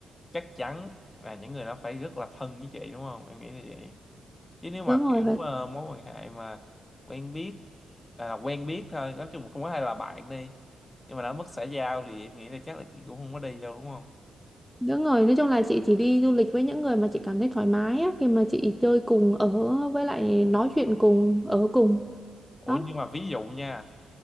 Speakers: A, on the left (about 20°); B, in the centre.
A: chắc chắn là những người đó phải rất là thân với chị đúng không em nghĩ như vậy chứ nếu mà
B: Đúng rồi,
A: kiểu
B: vậy.
A: ờ, mối quan hệ mà quen biết à, là quen biết thôi nói chung là cũng có hay là bạn đi nhưng mà đã mất xã giao thì em nghĩ là chắc là chị cũng không có đi đâu đúng không
B: Đúng rồi, nói chung là chị chỉ đi du lịch với những người mà chị cảm thấy thoải mái á, khi mà chị chơi cùng ở với lại nói chuyện cùng ở cùng.
A: ủa
B: Đó.
A: nhưng mà ví dụ nha